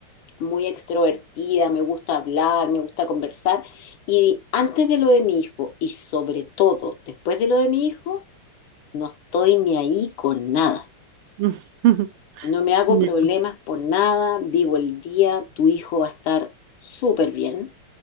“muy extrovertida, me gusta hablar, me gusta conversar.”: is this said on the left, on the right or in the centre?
Left